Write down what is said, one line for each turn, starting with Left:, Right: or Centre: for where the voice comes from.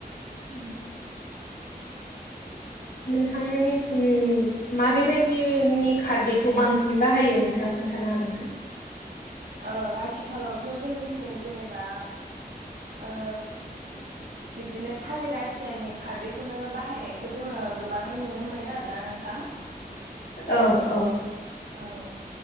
Left: उम नोंथांमोननिथिं मा बेेबायदिनि खारदैखौ बांसिन बाहायो नोंथाङा खोन्थानो हागोन ना?
Right: औ आथिखालावथ' जोंनिथिं जेनेबा ओ बिब्दिनो थालिर आथियानि खारदैखौनो बाहायनायखौ जोङो गोबाङै नुनो मोनो आरोना नोंथां
Left: औ औ
Right: औ